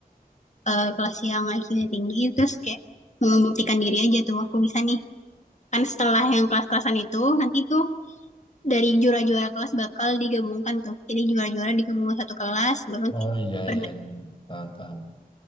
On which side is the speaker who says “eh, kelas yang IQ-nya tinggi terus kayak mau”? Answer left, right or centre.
Left